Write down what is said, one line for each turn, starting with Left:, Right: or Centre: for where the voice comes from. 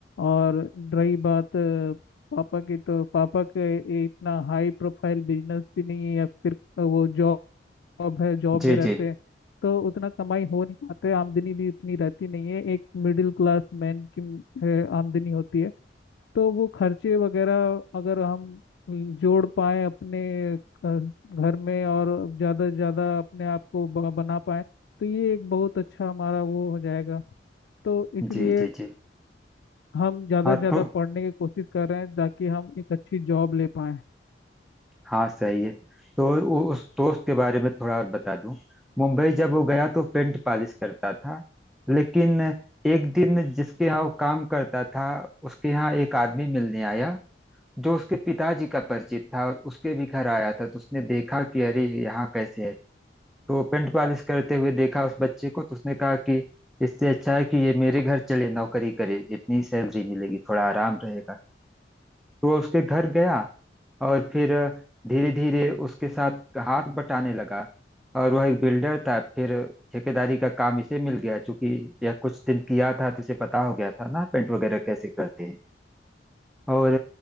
Left: और रही बात अ, पापा की तो पापा के इतना हाई प्रोफाइल बिजनेस भी नहीं है या फिर वो जॉब जॉब है जॉब
Centre: जी
Left: में रहते
Centre: जी
Left: हैं तो उतना कमाई हो नहीं पाते आमदनी भी उतनी रहती नहीं है एक मिडिल क्लास मैन की है, आमदनी होती है तो वो खर्चे वगैरह अगर हम जोड़ पाए अपने अ, घर में और ज़्यादा से ज़्यादा अपने आप को ब- बना पाए तो ये एक बहुत अच्छा हमारा वो हो जाएगा तो इसलिए
Centre: जी जी जी
Left: हम ज़्यादा
Centre: हाँ
Left: से ज़्यादा
Centre: तो
Left: पढ़ने की कोशिश कर रहे हैं ताकि हम एक अच्छी जॉब ले पाएँ
Centre: हाँ सही है तो उ- उस दोस्त के बारे में थोड़ा और बता दूं मुंबई जब वो गया तो पेंट पॉलिश करता था लेकिन एक दिन जिसके यहाँ वो काम करता था उसके यहाँ एक आदमी मिलने आया जो उसके पिताजी का परिचित था और उसके भी घर आया था तो उसने देखा कि अरे यहाँ कैसे है तो पेंट पॉलिश करते हुए देखा उस बच्चे को तो उसने कहा कि इससे अच्छा है कि ये मेरे घर चले नौकरी करे इतनी सैलरी मिलेगी थोड़ा आराम रहेगा तो वह उसके घर गया और फिर धीरे धीरे उसके साथ हाथ बटाने लगा और वह एक बिल्डर था फिर ठेकेदारी का काम इसे मिल गया चूंकि यह कुछ दिन किया था तो इसे पता हो गया था ना पेंट वगैरह कैसे करते हैं और